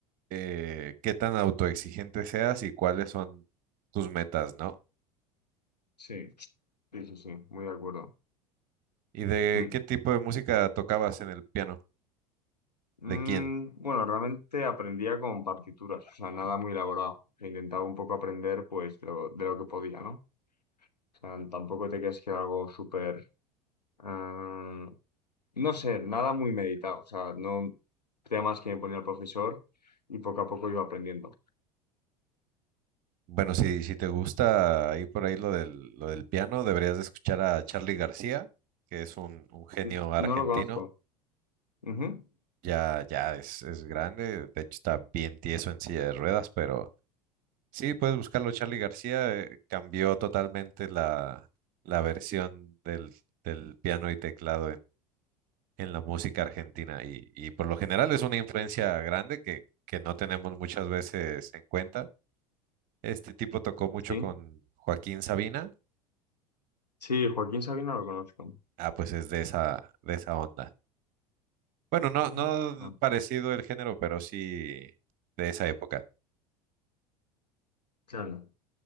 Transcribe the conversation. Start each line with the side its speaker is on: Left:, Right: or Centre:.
Right: eh, qué tan autoexigente seas y cuáles son tus metas, ¿no?
Left: Sí. Sí, sí, sí, muy de acuerdo.
Right: ¿Y de
Left: Mm.
Right: qué tipo de música tocabas en el piano?
Left: Mm,
Right: ¿De quién?
Left: bueno, realmente aprendía con partituras, o sea, nada muy elaborado. E Intentaba un poco aprender, pues, lo- de lo que podía, ¿no? O sea, tampoco te creas que era algo súper... eh, no sé, nada muy meditado, o sea, no, temas que me ponía el profesor y poco a poco iba aprendiendo.
Right: Bueno, si, si te gusta ahí por ahí lo del, lo del piano, deberías de escuchar a Charly García, que es un, un genio
Left: N-
Right: argentino.
Left: No lo conozco. Ujú,
Right: Ya, ya es, es grande, de hecho está bien tieso en silla de ruedas, pero... Sí, puedes buscarlo. Charlie García eh, cambió totalmente la, la versión del, del piano y teclado en, en la música argentina y, y por lo general es una influencia grande que, que no tenemos muchas veces en cuenta. Este tipo tocó mucho
Left: Sí.
Right: con Joaquín Sabina.
Left: Sí, Joaquín Sabina lo conozco.
Right: Ah, pues es de esa, de esa onda. Bueno, no,
Left: Mm,
Right: no
Left: ah,
Right: parecido el género, pero sí de esa época.
Left: Claro.